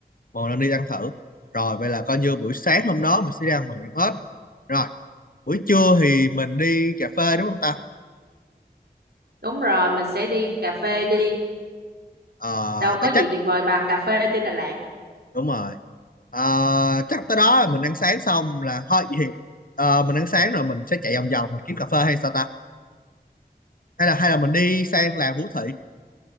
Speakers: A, on the left; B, on the right.
A: một lần đi ăn thử. Rồi vậy là coi như buổi sáng hôm đó mình sẽ đi ăn mì Quảng ếch. Rồi, buổi trưa thì mình đi cà phê đúng không ta?
B: đúng rồi mình sẽ đi cà phê đi
A: Ờ,
B: đâu có
A: vậy
B: gì
A: chắc
B: tuyệt vời bằng cà phê trên Đà Lạt
A: đúng rồi. Ờ, chắc tới đó là mình ăn sáng xong là thôi vậy thì ờ, mình ăn sáng rồi mình sẽ chạy vòng vòng mình kiếm cà phê hay sao ta? Hay là hay là mình đi sang làng Vũ Thị?